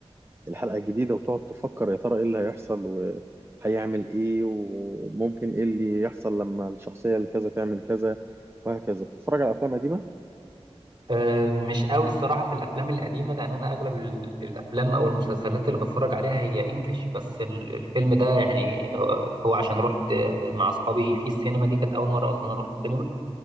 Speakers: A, on the right; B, on the right.
A: الحلقة الجديدة وتقعد تفكر يا ترى ايه اللي هيحصل وهيعمل ايه وممكن ايه اللي يحصل لما الشخصية الكذا تعمل كذا وهكذا بتتفرج على أفلام قديمة؟
B: أه، مش قوي الصراحة في الأفلام القديمة لأن أنا أغلب ال- الأفلام أو المسلسلات اللي بتفرج عليها هي إنجليش بس ال- الفيلم ده يعني آه، هو عشان رحت آه، مع أصحابي في السينما دي كانت أول مرة أصلا أروح السينما